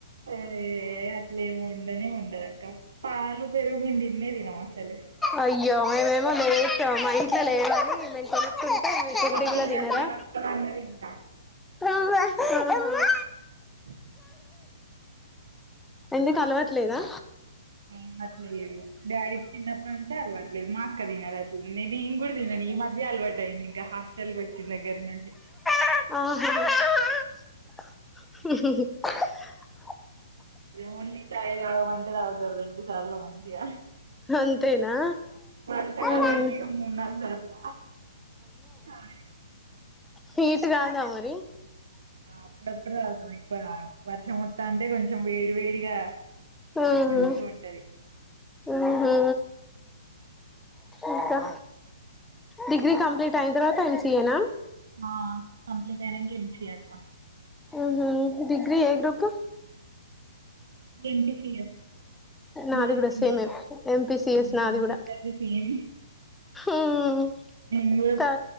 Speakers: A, on the right; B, in the centre.
A: పయ ఏ అట్లేమి ఉండనే ఉండదక్క పాలు పెరుగు మేము దిన్నే తినం అస్సలు
B: అయ్యే మేమేమో లేచ మై ఇంక లేదు గాని మేము కొనుకుంటే మీ
A: ఎవ్వరు
B: కుండిగలో
A: తినరు
B: తినరా
A: నేను ఒక్కదాన్నే తింటా
B: ఆహా
A: <unintelligible>
B: ఎందుకు అలవట్లేదా
A: అలవాట్లేదు డాడీకి చిన్నప్పట్నించి అలవాట్లేదు మా అక్క తినదు అట్ల నేన్ గూడ దినను ఈ మధ్య అలవాటు అయింది ఇంకా హాస్టల్ కొచ్చిన దగ్గర నుండి
B: ఆహా
A: ఓన్లీ చాయ్ తాగమంటే తాగుతారు రెండు సార్లు మళ్ళీ య
B: అంతేనా
A: అంత
B: ఉమ్
A: గనం అయితే ఇగ మూడు నాలుగు సార్లు సారీ
B: హీటు రాదా మరి
A: అప్పుడప్పుడు తాగుతం ఇప్పుడు తాగం వర్షం వత్తంటే కొంచెం వేడి వేడిగా
B: ఓహో
A: మంచిగా ఉంటది
B: ఓహో ఇంకా డిగ్రీ కంప్లీట్ అయిన తర్వాత ఎం సి ఏనా
A: ఆ కంప్లిట్ అయినక ఎం సి చేత్త
B: ఉహు డిగ్రీ ఏ గ్రూపు
A: ఎం. పి. సి. ఎ
B: నాది
A: బిఎస్సిమ్యాథ్స్
B: కూడా సేమే ఎంపీసిఎస్
A: అవునా
B: నాది
A: మా
B: కూడా
A: ఇద్దరిది సి ఐ
B: ఉమ్
A: నిను
B: త